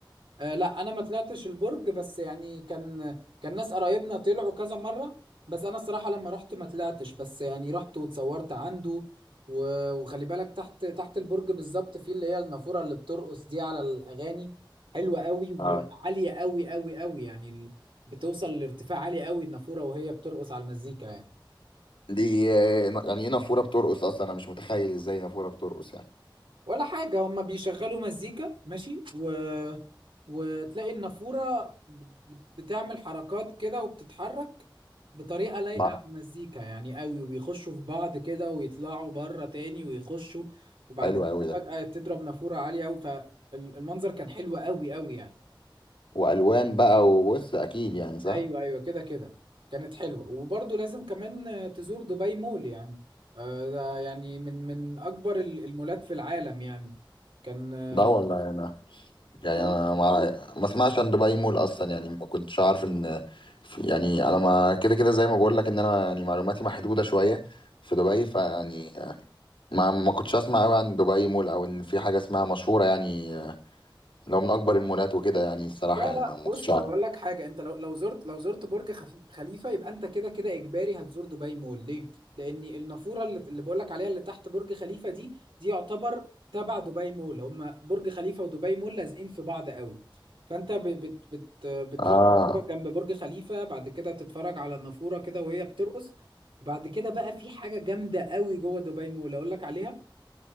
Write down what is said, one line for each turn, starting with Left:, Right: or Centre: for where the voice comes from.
Right: آه لا انا ما طلعتش البرج بس يعني كان كان ناس قرايبنا طلعوا كذا مره بس انا الصراحه لما رحت ما طلعتش بس يعني رحت واتصورت عنده و- وخلي بالك تحت تحت البرج بالظبط في اللي هي النافوره اللي بترقص دي على الاغاني حلوه قوي وعاليه
Left: اه
Right: قوي قوي قوي يعني ال- بتوصل لارتفاع عالي قوي النافوره وهي بترقص على المزيكا يعني
Left: دي آه، يعني ايه نافورة بترقص اصلا انا مش متخيل ازاي نافورة بترقص يعني
Right: ولا حاجة هما بيشغلوا مزيكا ماشي و... وتلاقي النافورة بت- بتعمل حركات كده وبتتحرك بطريقة لايقة
Left: ما
Right: على المزيكا يعني قوي وبيخشوا في بعض كده ويطلعوا بره تاني ويخشوا وبعد
Left: حلو
Right: كده
Left: قوي ده
Right: فجأة تضرب نافورة عالية قوي فالمنظر كان حلو قوي قوي يعني
Left: والوان بقى وبص اكيد يعني صح
Right: ايوه ايوه كده كده كانت حلوة وبرضه لازم كمان آه، تزور دبي مول يعني آه، ده يعني من من اكبر ال- المولات في العالم يعني كان آه،
Left: ده والله انا يعني
Right: قول
Left: انا ما ما اسمعش عن دبي مول اصلا يعني ما كنتش عارف ان في- يعني انا ما كده كده زي ما بقول لك ان انا يعني معلوماتي محدوده شويه في دبي فيعني ما ما كنتش اسمع قوي عن دبي مول او ان في حاجه اسمها مشهوره يعني لو من اكبر المولات وكده يعني الصراحه
Right: لا
Left: يعني
Right: لا
Left: ما ما
Right: بص
Left: كنتش عارف
Right: هو اقول لك حاجه انت لو لو زرت لو زرت برج خفي- خليفه يبقى انت كده كده اجباري هتزور دبي مول ليه لان النافوره اللي, اللي بقول لك عليها اللي تحت برج خليفه دي دي يعتبر تبع دبي مول هما برج خليفه ودبي مول لازقين في بعض قوي فانت ب... بت... بت... بتروح
Left: اه
Right: تتفرج جنب برج خليفه بعد كده تتفرج على النافوره كده وهي بترقص وبعد كده بقى في حاجه جامده قوي جوه دبي مول اقول لك عليها